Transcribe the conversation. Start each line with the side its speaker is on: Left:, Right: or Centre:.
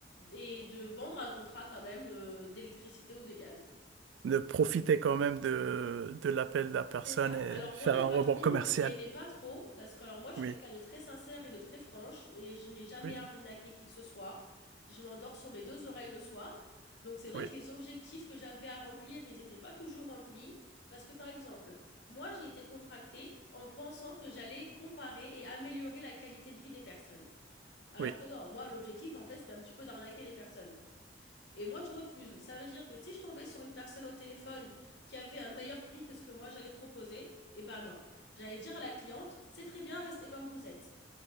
Left: et de vendre un contrat quand même de- d'électricité ou de gaz.
Right: de profiter quand même de, de l'appel de la personne
Left: C'est ça.
Right: et
Left: Alors
Right: faire
Left: moi, mes
Right: un
Left: patrons,
Right: rebond commercial.
Left: ils m'aimaient pas trop parce que alors moi, je
Right: Oui,
Left: suis quelqu'un de très sincère et de très franche et je n'ai jamais
Right: oui,
Left: arnaqué qui que ce soit. Je m'endors sur mes deux oreilles le soir. Donc c'est vrai
Right: oui,
Left: que les objectifs que j'avais à remplir, ils n'étaient pas toujours remplis parce que par exemple, moi, j'ai été contractée en pensant que j'allais comparer et améliorer la qualité de vie des personnes. Alors
Right: oui.
Left: que non, moi, l'objectif, en fait, c'était un petit peu d'arnaquer les personnes. Et moi, je refuse. Ça veut dire que si je tombais sur une personne au téléphone qui avait un meilleur prix que ce que moi j'allais proposer, eh ben non. J'allais dire à la cliente, c'est très bien, restez comme vous êtes.